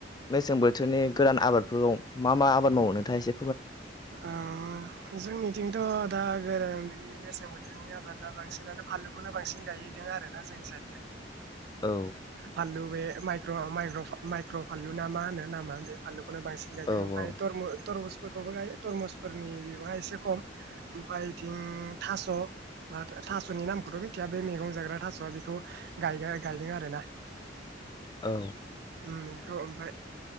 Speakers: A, on the left; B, on the right.
A: मेसें बोथोरनि गोरान आबादफोरखौ मा मा आबाद मावो थाइसे
B: ओम जोंनिथिंथ' दा गोरान बिदि मेसें बोथोरनि बोथोरनि आबादा बांसिनानो फानलुखौनो बांसिन गायदों आरो ना जोंनि साइडथिं
A: औ
B: फानलु बे माइक्र माइक्र माइक्र' फानलु ना मा होनो नामा बे फानलु नो बांसिन गायदों
A: औ
B: ओमफ्राय
A: औ
B: तरमुज फोरखौबो गायो तरमुसफोरनि बेवहाय एसे खम ओमफ्राय इथिं थास' म थास'नि नामखौथ' मिथिया बे मैगं जाग्रा थास'आ बेखौ गायदों गायो आरो ना
A: औ
B: ओम बे ओमफ्राय